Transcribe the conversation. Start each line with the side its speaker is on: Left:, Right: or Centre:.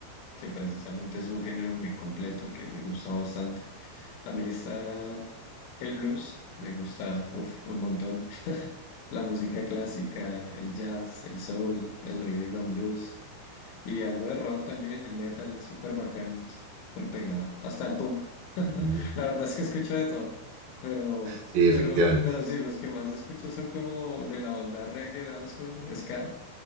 Left: que precisamente es un género muy completo que me gusta bastante. También está el blues, me gusta uf, un montón. <laughs> La música clásica, el jazz, el soul, el rhythm and blues y algo de rock también, el metal es súper bacano, es súper pegado, hasta el punk.
Right: Mm,
Left: La verdad es que escucho de todo, pero,
Right: sí,
Left: pero,
Right: efectivamente.
Left: pero sí, los que más escucho son como de la onda reggae, dancehall, ska